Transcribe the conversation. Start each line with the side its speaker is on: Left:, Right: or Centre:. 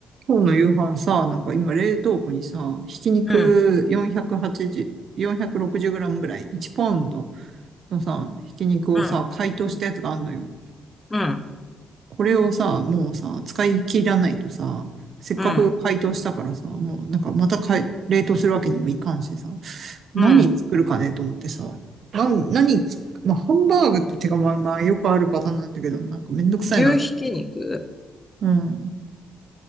Right: 今日の夕飯さ、なんか今冷凍庫にさ、ひき肉480、
Left: うん、
Right: 460グラムぐらい、1ポンドのさ、ひき肉をさ、
Left: うん、
Right: 解凍したやつがあるのよ。
Left: うん、
Right: これをさ、もうさ、使い切らないとさ、せっかく解凍したからさ、
Left: うん、
Right: もうなんかまたかい冷凍するわけにもいかんしさ、何作るかねと思ってさ、
Left: うん。
Right: な、何つ、まあ、ハンバーグって手がまあまあよくあるパターンなんだけど、なんかめんどくさいな。
Left: 牛ひき肉
Right: うん。